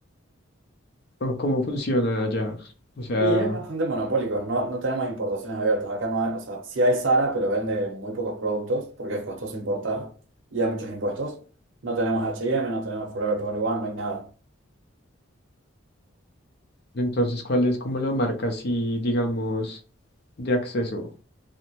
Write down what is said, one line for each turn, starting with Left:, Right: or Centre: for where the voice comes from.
Left: O ¿Cómo funciona allá? O sea...
Right: Y es bastante monopólico, no, no tenemos importaciones abiertas. Acá no hay, o sea, sí hay Zara, pero vende muy pocos productos porque es costoso importar y hay muchos impuestos. No tenemos H&M, no tenemos Forever 21, no hay nada.
Left: Entonces, ¿cuál es como la marca así, digamos, de acceso?